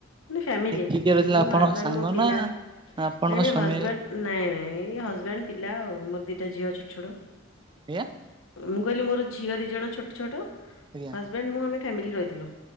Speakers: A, on the left; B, on the right.
A: ମାନେ ଫ୍ୟାମିଲି
B: ଏ କିଏ କିଏ ରହିଥିଲେ
A: ମୁଁ
B: ଆପଣ
A: ହଜବାଣ୍ଡ
B: ସାଙ୍ଗ
A: ମୋ ପିଲା।
B: ନା
A: ନାଇଁ
B: ଆପଣ
A: ନାଇଁ
B: ସ୍ୱାମୀ
A: ହଜବେଣ୍ଡ
B: ଆଜ୍ଞା
A: ନାଇଁ ନାଇଁ ଏଇ ହଜବେଣ୍ଡ ପିଲା ଆଉ ମୋର ଦିଟା ଝିଅ ଛୋଟ ଛୋଟ
B: ଆଜ୍ଞା?
A: ମୁଁ କହିଲି ମୋର ଝିଅ ଦି ଜଣ ଛୋଟ ଛୋଟ
B: ଆଜ୍ଞା
A: ହଜବେଣ୍ଡ ମୁ ଆମେ ଫ୍ୟାମିଲି ରହିଥିଲୁ।